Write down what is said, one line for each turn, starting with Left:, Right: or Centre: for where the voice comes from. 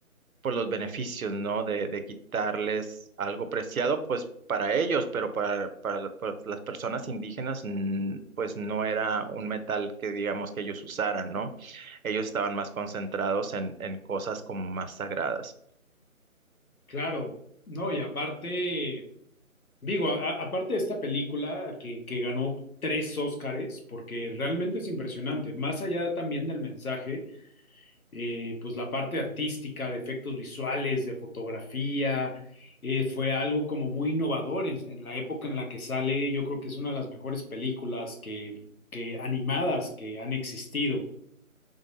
Right: por los beneficios, ¿no? De, de quitarles algo preciado, pues para ellos, pero para, para, para las personas indígenas, mm, pues no era un metal que digamos que ellos usaran, ¿no? Ellos estaban más concentrados en, en cosas como más sagradas.
Left: Claro, no, y aparte, digo, a- a- aparte de esta película que, que ganó tres Óscares, porque realmente es impresionante, más allá también del mensaje. eh, pues la parte artística, de efectos visuales, de fotografía, eh, fue algo como muy innovador en, en la época en la que sale. Yo creo que es una de las mejores películas que, que animadas que han existido.